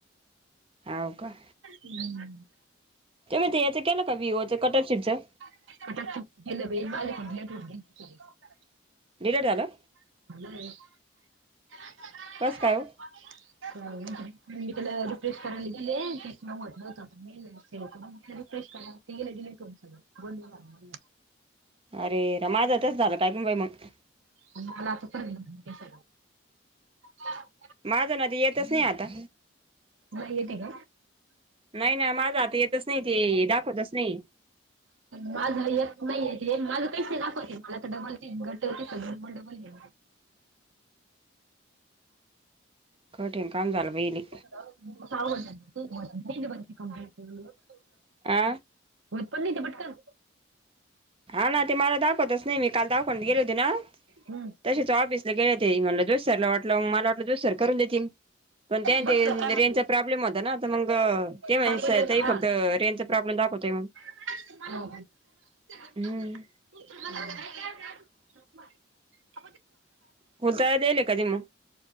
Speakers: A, on the right (about 30°); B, on the right (about 80°).
A: हवं का.
B: हम्,
A: ते ग ते हेच केलं का वीवोच कटरशिप च.
B: <unintelligible>
A: डिलेट झालं.
B: <unintelligible>
A: कस काय? ओ
B: झालं का नाही म मी त्याला रिफ्रेश करायला गेले ते सुद्धा होत नव्हतं, मी म्हटलं सेव करून ते रिफ्रेश करावं. ती गेले डिलीट होउन सगळं, बोलली मला.
A: अरे राम, माझ बी तसं झालं काय नू बाई मग?
B: आणि मला आता परत सगळं, हा
A: माझं ना ते येतचं नाही आता.
B: नाही येते का?
A: नाही ना माझा आता येतचं नाही ते दाखवतच नाही.
B: माझ येत नाहीये ते, माझे पैशे दाखवते मला तर डबल घट होती सध म डबल घे
A: <inaudible> कठीन काम झालं बाई हे.
B: <inaudible>
A: आं,
B: होत पण नाही ते पटकन.
A: हा ना ते मला दाखवतच नाही मी काल दवखान्यात गेले ते ना.
B: हम्म.
A: तशेच ऑफिसला गेले होते, म्हटलं जोशी सराला वाटलं म माला वाटलं जोशी सर करुन देतील. पण त्या
B: बघ
A: ते
B: सर काय म्हणले
A: रेंज चा प्रॉब्लेम होता ना मंग ते म्हणे
B: काकोरी
A: ताई
B: हा
A: फक्त रेंजचा प्रॉब्लेम दाखवतोय म्हणून.
B: हो, हो,
A: हम्म.
B: हुं. <inaudible>
A: खुलताय देल कधी मग